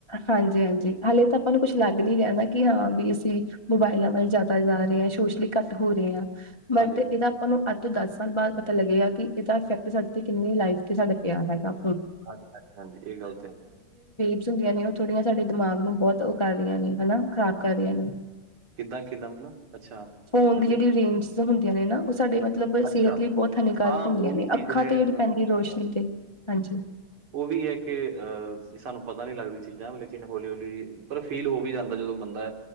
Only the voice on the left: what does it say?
ਹਾਂਜੀ-ਹਾਂਜੀ ਹਾਲੇ ਤਾਂ ਆਪਾਂ ਨੂੰ ਕੁਸ਼ ਲੱਗ ਨੀ ਰਿਆ ਨਾ ਕਿ ਹਾਂ ਵੀ ਅਸੀਂ ਮੋਬਾਇਲਾਂ ਵੱਲ ਜਾਦਾ ਜਾ ਰਹੇ ਐ ਸੋਸ਼ਲੀ ਘੱਟ ਹੋ ਰਹੇ ਆ, ਬਟ
ਇਹਦਾ ਤੁਹਾਨੂੰ ਅੱਜ ਤੋਂ ਦਸ ਸਾਲ ਬਾਅਦ ਪਤਾ ਲੱਗੇਗਾ ਕਿ ਇਹਦਾ ਇਫੈਕਟ ਸਾਡੇ ਤੇ ਕਿੰਨੀ ਲਾਈਫ ਤੇ ਸਾਡਾ ਪਿਆ ਹੈਗਾ।
<unintelligible> ਹੁੰਦੀਆਂ ਨੇ ਉਹ ਥੋੜੀਆਂ ਸਾਡੇ ਦਿਮਾਗ ਨੂੰ ਬਹੁਤ ਉਹ ਕਰ ਰੀਆ ਨੇ ਹਨਾ ਖ਼ਰਾਬ ਕਰ ਰੀਆ ਨੇ।
ਫੋਨ ਦੀ
ਜਿਹੜੀ ਰੇਂਜ ਹੁੰਦੀਆਂ ਨੇ ਨਾ ਉਹ ਸਾਡੇ ਮਤਲਬ
ਸਿਹਤ ਲਈ ਬਹੁਤ ਹਾਨੀਕਾਰਕ
ਹੁੰਦੀਆਂ
ਨੇ।
ਅੱਖਾਂ
ਤੇ ਜਿਹੜੀ
ਪੈਂਦੀ ਰੋਸ਼ਨੀ ਤੇ ਹਾਂਜੀ